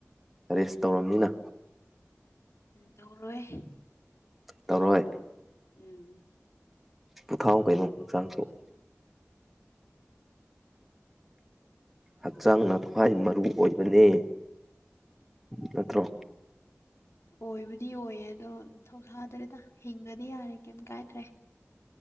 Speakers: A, in the centre; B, on the left (about 70°).
A: ꯔꯦꯁ ꯇꯧꯔꯝꯅꯤꯅꯥ
B: ꯗꯧꯔꯣꯏ
A: ꯇꯧꯔꯣꯏ
B: ꯎꯝ
A: ꯄꯨꯊꯥꯎ ꯀꯩꯅꯣ ꯍꯥꯛꯆꯥꯡꯁꯣꯛ ꯍꯥꯛꯆꯥꯡꯅ ꯈ꯭ꯋꯥꯏ ꯃꯔꯨ ꯑꯣꯏꯕꯅꯦ ꯅꯠꯇ꯭ꯔꯣ
B: ꯑꯣꯏꯕꯨꯗꯤ ꯑꯣꯏꯌꯦ ꯑꯗꯣ ꯊꯧꯁꯥꯗ꯭ꯔꯦꯗ ꯍꯤꯡꯉꯗꯤ ꯌꯥꯔꯦ ꯀꯩꯝ ꯀꯥꯏꯗ꯭ꯔꯦ